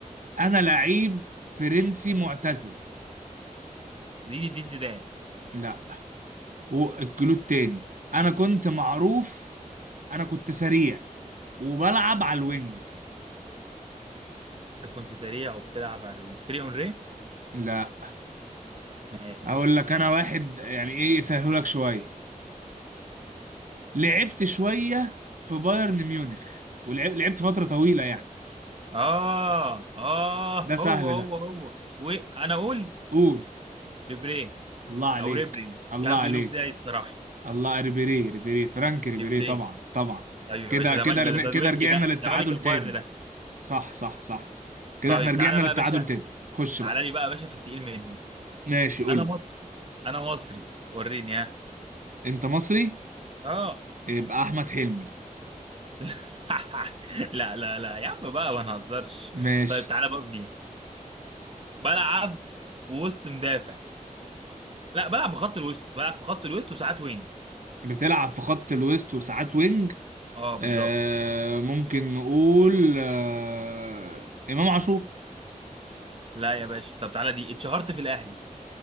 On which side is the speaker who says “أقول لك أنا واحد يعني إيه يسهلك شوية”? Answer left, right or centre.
Right